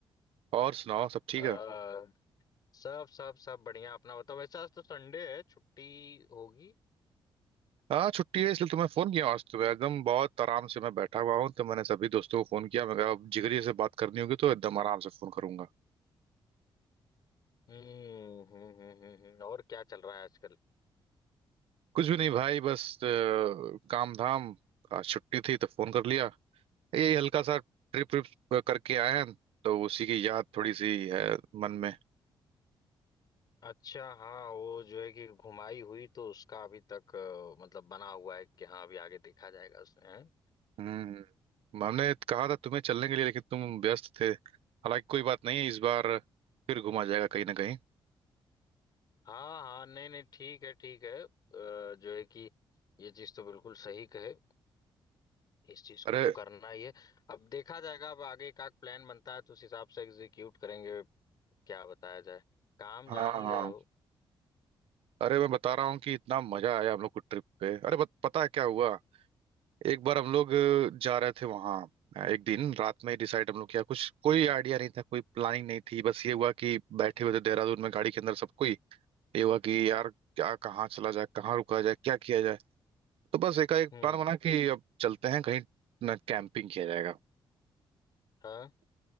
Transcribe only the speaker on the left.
आ,
सब सब सब बढ़िया अपना बताओ वैसे आज तो संडे है छुट्टी होगी
हम्म हम्म हम्म हम्म हम्म। और क्या चल रहा है आजकल
अच्छा हाँ वो जो है कि घुमाई हुई तो उसका अभी तक अ, मतलब बना हुआ है कि हाँ अभी आगे देखा जाएगा उसमें हैं?
हाँ हाँ नहीं नहीं ठीक है ठीक है अ, जो है कि ये चीज तो बिल्कुल सही कहे इस चीज
को तो करना ही है अब देखा जाएगा अब आगे का प्लान बनता है तो उस हिसाब से एग्जीक्यूट करेंगे क्या बताया जाए काम
जान ही
रहे हो
हम्म
हाँ